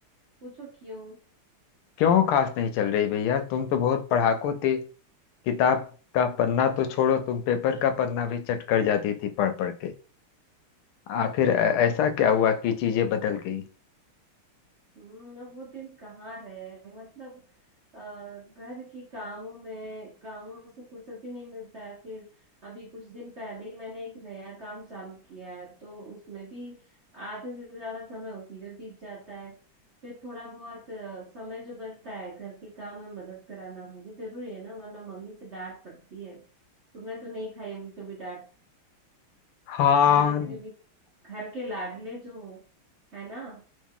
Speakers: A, on the right (about 50°); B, on the left (about 80°).
A: पूछो क्यों
B: क्यों खास नहीं चल रही भैया तुम तो बहुत पढ़ाकू थे किताब का पन्ना तो छोड़ो तुम पेपर का पन्ना भी चट कर जाती थी पढ़ पढ़ के आखिर ऐ- ऐसा क्या हुआ कि चीजें बदल गई
A: हम्म, अब वो दिन कहाँ रहे मतलब अ, घर की कामों में कामों से फुर्सत ही नहीं मिलता है फिर अभी कुछ दिन पहले ही मैंने एक नया काम चालू किया है तो उसमें भी आधे से ज्यादा समय उसी में बीत जाता है फिर थोड़ा बहुत अ, समय जो बचता है घर के काम में मदद कराना वो भी जरूरी है ना वरना मम्मी से डांट पड़ती है तुमने तो नहीं खाई होगी कभी डांट
B: हाँ
A: भले से क्योंकि घर के लाडले जो हो है ना